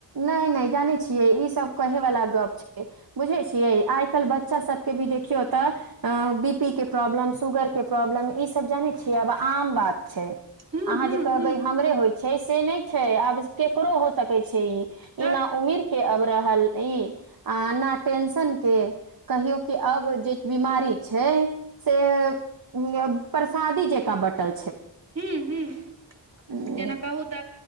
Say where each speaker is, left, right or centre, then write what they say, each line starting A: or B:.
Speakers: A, on the right (about 50°); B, on the right (about 35°).
A: नहि नहि जानै छि यई ई सब कहे वाला गप छै बुझे छिये आइ कल बच्चा सब के भी देखियो त अं बी पी के प्रॉब्लम, शुगर के प्रॉब्लम ई सब जाने इ आब आम बात छै।
B: हूँ
A: अहाँ
B: हूँ
A: जे कहबै
B: हूँ
A: हमरे होइ छै हे ई से नहि छै आबिस केकरो हो सकै छै ई। ई
B: तऽ
A: न उमीर के अवरह हली आ न टेंसन के कहियो की अब जे बिमारी छै सेऽ यह पर सादी जेंका बटल
B: हूं हूं
A: छै
B: जेना कहू तऽ